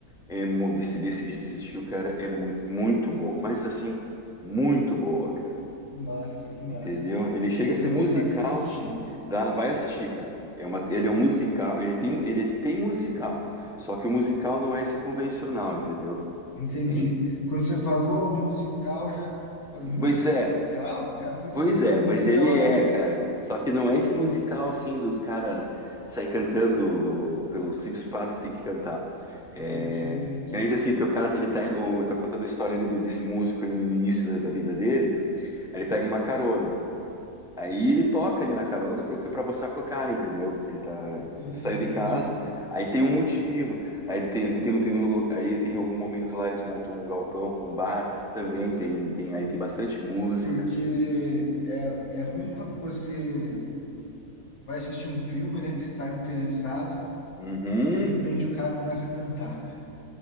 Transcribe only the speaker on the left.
Que massa, que massa.
Deu
vontade de assistir.
Entendi.
Quando você falou musical, eu já falei, musical,
cara? Porque
essa
musical
às
vezes.
Entendi, entendi.
Sim,
entendi.
Porque é, é ruim quando você vai assistir um filme, né? Que você tá interessado,
de repente o cara começa a cantar, cara.